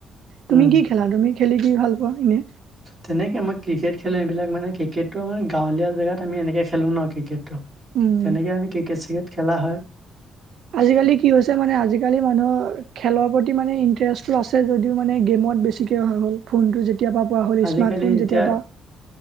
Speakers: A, on the right (about 70°); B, on the right (about 30°).
A: তুমি
B: উম
A: কি খেলা তুমি খেলি কি ভাল পোৱা এনে?
B: তেনেকৈ মই ক্ৰিকেট খেলো এইবিলাক মানে ক্ৰিকেটটো আমাৰ গাঁৱলিয় জেগাত আমি এনে যে খেলোঁ ন ক্ৰিকেটটো
A: উম।
B: তেনেকে আমি ক্ৰিকেট চিকেট খেলা হয়।
A: আজিকালি কি হৈছে মানে আজিকালি মানুহৰ খেলৰ প্ৰতি মানে ইণ্টাৰেষ্টটো আছে যদিও মানে গেমত বেছি ঠিকে অহা হ'ল ফোন টো যেতিয়া পোৱা হ'ল
B: আজিকালি
A: স্মাৰ্ট ফোন
B: এতিয়া
A: যেতিয়া পা